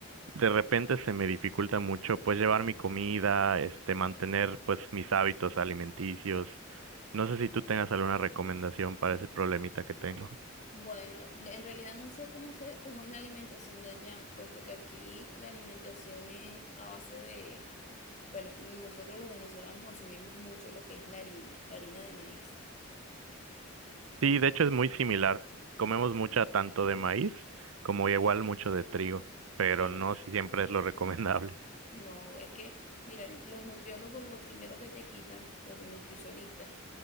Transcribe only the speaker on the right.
de repente se me dificulta mucho pues llevar mi comida, este, mantener pues mis hábitos alimenticios. No sé si tú tengas alguna recomendación para ese problemita que tengo.
Sí, de hecho es muy similar. Comemos mucha tanto de maíz como igual mucho de trigo, pero
no siempre es lo <laughs> recomendable.